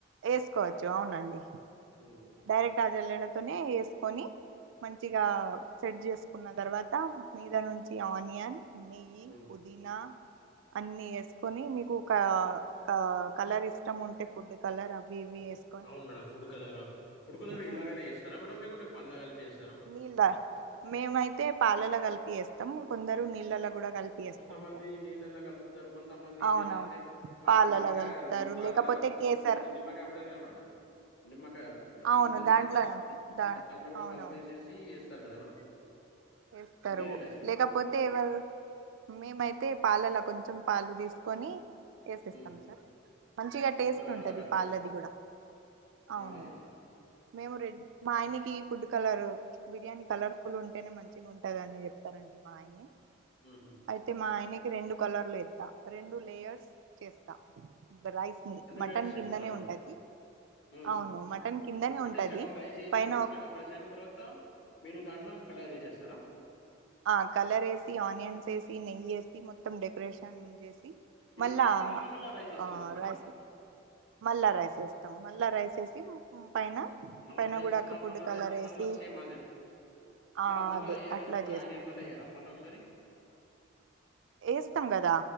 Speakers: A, on the right (about 65°); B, on the left (about 55°).
A: వేసుకోవచ్చు అవునండి
B: ఉమ్,
A: డైరెక్ట్ ఆ జల్లెడతోనే వేసుకొని మంచిగా సెట్ చేసుకున్న తర్వాత మీద నుంచి ఆనియన్ నెయ్యి
B: ఉమ్.
A: ఉ దీనా అన్ని వేసుకొని మీకు క క కలర్ ఇష్టం ఉంటే ఫుడ్ కలర్ అవి ఇవి ఏస్
B: అవును మేడం ఫుడ్ కలరా ఫుడ్ కలర్
A: ఉమ్.
B: ఇలానే ఏస్తారా మేడం లేకుంటే పళ కలిపేస్తారా
A: నీళ్ళ మేమైతే పాలల కలిపి ఏస్తాం కొందరు నీళ్ళలో కూడా కలిపి వేస్తాం
B: కొంత మంది
A: సార్
B: నీళ్ళళ కల్బు తారు కొంతమంది ఏం
A: అవునవును
B: చేస్తారంటే మన
A: పాలలో
B: నిమ్మకాయా
A: కలుపుతారు
B: పాలలా
A: లేకపోతే
B: కలుపుతారు
A: కేసర్
B: కొంతమంది నిమ్మకాయ ఉంటది కదా మేడం నిమ్మకాయ రసం
A: అవును
B: ఉంటది
A: దాంట్లోనే
B: కదా
A: దా
B: దాంట్ల కూడా
A: అవునవును
B: కలిపేసేసి ఏస్తారు కదా మేడం
A: ఏస్తారు
B: మీరెలా ఏస్తారు
A: లేకపోతే
B: మేడం?
A: తేవల్ మేమైతే పాలలా కొంచెం పాలు తీసుకొని యేసేస్తాం
B: హ్మ్
A: సార్ మంచిగా టేస్ట్
B: ఫుడ్ కలర్
A: ఉంటది
B: అలా కలిపేస్తారు
A: పాలది కూడా అవును
B: అవునా మేడం
A: మేము రెడ్ మా ఆయనకి ఫుడ్ కలర్ బిర్యానీ కలర్ఫుల్ ఉంటేనే మంచ్ అంటదాని చెప్తారండి మాయన్ని
B: హుహు.
A: అయితే మా ఆయనకి రెండు కలర్లు ఎత రెండు లేయర్స్ చేస్తా బ్రైస్ ఉ మటన్
B: లేయర్స్ చేస్తారా
A: కిందనే
B: మేడం?
A: ఉంటది
B: హ్మ్.
A: అవును మటన్ కిందనే
B: అంటే
A: ఉంటది
B: సగం రైస్ ఏసిన్
A: పైన ఒక్
B: సగం రైస్ అయిన తర్వాత మీరు దాంట్లో కలర్ ఎసేస్తారా
A: ఆ కలర్ ఏసి ఆనియన్స్ ఏసి నెయ్యి ఏసి మొత్తం డెకరేషన్ చేసి మళ్ళా
B: ఏసి
A: ఆ
B: మళ్ళా రైస్ ఏస్తారా
A: ఆ
B: దానిపైన?
A: రైస్ ఏ మళ్ల రైస్ వేస్తాం మల్ల రైస్ వేసి పైన
B: మళ్ళా
A: పైన
B: రైస్‌లా
A: కూడా అక్క ఫుడ్
B: మళ్ళా
A: కలరేసి
B: రైస్‌లా మళ్ళా సేమ్ అదే
A: ఆ
B: మళ్ళా మళ్ళా
A: అదే
B: ఏయరా
A: అట్లా
B: మేడం
A: చేస్తాం
B: ఆనియన్ మళ్ళా ఏయరా మళ్ళా ఒకసారి?
A: వేస్తాం కదా